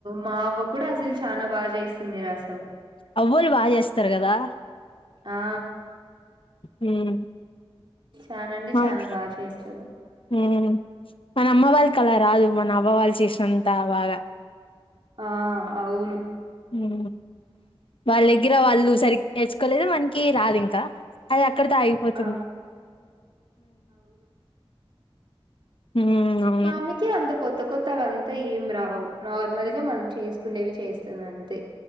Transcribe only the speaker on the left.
అవ్వోళ్ళు బా చేస్తారు కదా!
మ్మ్
మౌశ్
మ్మ్ మన అమ్మ వాళ్ళక్ అల రాదు. మన అవ్వవాళ్ళు చేసినంత బాగా
మ్మ్ వాళ్ దెగ్గిర వాళ్ ల్లు సరిగ్ నేర్చుకోలేదు వన్ కి రాదింక అది అక్ క్కడతో ఆగిపోతుంది.
హ్మ్ అవును